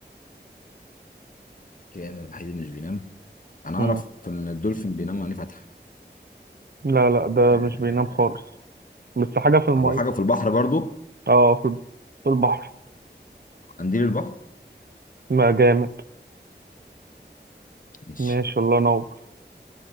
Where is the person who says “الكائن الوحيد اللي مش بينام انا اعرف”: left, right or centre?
Left